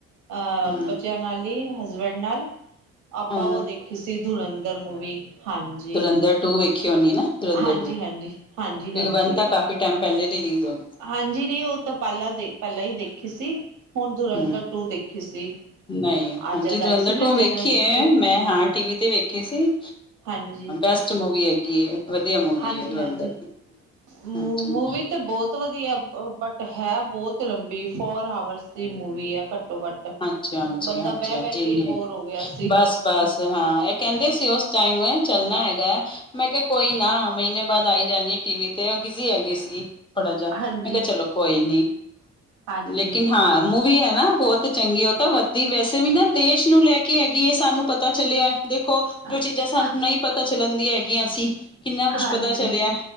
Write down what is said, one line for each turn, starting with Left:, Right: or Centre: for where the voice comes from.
Right: ਆ
Left: ਹਮ
Right: ਬੱਚਿਆਂ ਨਾਲ ਹੀ ਹਸਬੈਂਡ ਨਾਲ ਆਪਾਂ
Left: ਹਾਂ
Right: ਉਹ ਦੇਖੀ ਸੀ ਦੁਰੰਦਰ ਮੂਵੀ ਹਾਂਜੀ
Left: ਦੁਰੰਦਰ ਟੂ ਵੇਖੀ ਹੋਣੀ ਨਾ ਦੁਰੰਦਰ
Right: ਹਾਂਜੀ
Left: ਟੂ ਕਿਉਂ
Right: ਹਾਂਜੀ ਹਾਂਜੀ ਹਾਂਜੀ
Left: ਵੰਨ ਤਾਂ ਕਾਫੀ ਟਾਈਮ ਪਹਿਲੇ ਰਿਲੀਜ਼ ਹੋ ਗਈ
Right: ਹਾਂਜੀ ਨਹੀਂ ਉਹ ਤਾਂ ਪਹਿਲਾਂ ਦੇ ਪਹਿਲਾਂ ਹੀ ਦੇਖੀ ਸੀ ਹੁਣ ਦੁਰਅੰਦਰ
Left: ਹਮ
Right: ਟੂ ਦੇਖੀ ਸੀ।
Left: ਨਹੀਂ
Right: ਆ
Left: ਹਾਂਜੀ
Right: ਜਦ
Left: ਦੁਰੰਦਰ
Right: ਆਈ ਸੀ
Left: ਟੂ
Right: ਨਾ
Left: ਤੋਂ ਵੇਖੀ
Right: ਜਨਵਰੀ ਚ
Left: ਮੈਂ ਹਾਂ ਟੀਵੀ ਤੇ ਵੇਖੀ ਸੀ।
Right: ਹਾਂਜੀ
Left: ਬੈਸਟ ਮੂਵੀ ਹੈਗੀ ਵਧੀਆ ਮੂਵੀ
Right: ਹਾਂਜੀ
Left: ਏ ਧੁਰੰਦਰ
Right: ਹਾਂਜੀ
Left: ਵੀ
Right: ਮੂਵੀ
Left: ਹਾਂਜੀ।
Right: ਤੇ ਬਹੁਤ ਵਧੀਆ ਬਟ ਹੈ ਬਹੁਤ ਲੰਬੀ ਫੋਰ ਆਵਰਸ ਦੀ ਮੂਵੀ ਹੈ ਘੱਟੋ ਘੱਟ
Left: ਅੱਛਾ ਹਾਂਜੀ
Right: ਬੰਦਾ
Left: ਹਾਂਜੀ ਹਾਂਜੀ
Right: ਬਹਿ
Left: ਹਾਂਜੀ
Right: ਬਹਿ ਕੇ
Left: ਇੰਨੀ
Right: ਹੀ ਬੋਰ
Left: ਹੈਗੀ
Right: ਹੋ ਗਿਆ ਸੀ
Left: ਬਸ ਬਸ ਹਾਂ ਇਹ ਕਹਿੰਦੇ ਸੀ ਉਸ ਟਾਈਮ ਮੈਂ ਚੱਲਣਾ ਹੈਗਾ ਮੈਂ ਕਿਹਾ ਕੋਈ ਨਾ ਮਹੀਨੇ ਬਾਅਦ ਆਈ ਜਾਂਦੀ ਆ ਟੀ ਵੀ ਤੇ ਬਿਜੀ ਹੈ ਗੇਏ ਸੀ ਥੋੜਾ ਜਿਹਾ
Right: ਹਾਂਜੀ
Left: ਮੈਂ ਕਿਹਾ ਚਲੋ ਕੋਈ ਨੀ
Right: ਹਾਂਜੀ
Left: ਲੇਕਿਨ ਹਾਂ ਮੂਵੀ ਹੈ ਨਾ ਬਹੁਤ ਤੇ ਚੰਗੀ ਉਹ ਤਾਂ ਵੱਧਦੀ ਵੈਸੇ ਵੀ ਨਾ ਦੇਸ਼ ਨੂੰ ਲੈ ਕੇ ਹੈਗੀ ਹੈ ਸਾਨੂੰ ਪਤਾ ਚਲਿਆ ਦੇਖੋ
Right: ਹਾਂਜੀ
Left: ਜੋ ਚੀਜ਼ਾਂ ਸਾਨੂੰ ਨਹੀਂ ਪਤਾ ਚੱਲਣਦੀਆਂ ਹੈਗੀਆਂ ਸੀ ਕਿੰਨਾ ਕੁਛ
Right: ਹਾਂਜੀ
Left: ਪਤਾ ਚੱਲਿਆ